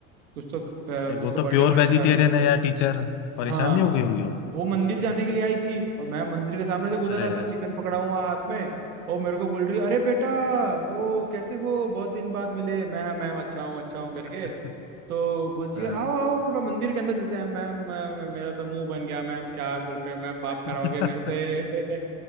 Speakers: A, on the right (about 85°); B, on the left (about 50°).
A: कुछ तो
B: अरे
A: कुछ
B: वो
A: तो
B: तो
A: बर्थडे
B: प्योर
A: बर्थडे
B: वेजिटेरियन
A: था किसी का
B: है यार टीचर परेशान
A: हाँ
B: नहीं हो गई होंगी वो
A: वो मंदिर जाने के लिए आई थी और मैं मंदिर के सामने से गुजर
B: अरे
A: रहा था चिकन पकड़ा हुआ हाथ में और मेरे को बोल रही है, अरे बेटा ओ कैसे हो बहुत दिन बाद मिले मैं मैम अच्छा हूँ अच्छा हूँ करके
B: <laughs>
A: तो बोलती
B: हाँ
A: है आओ आओ थोड़ा मंदिर के अंदर चलते हैं मैम मैम मेरा तो मुंह बन गया मैम क्या बोल रहे हो मैम पाप
B: <laughs>
A: कराओगे मेरे से <laughs>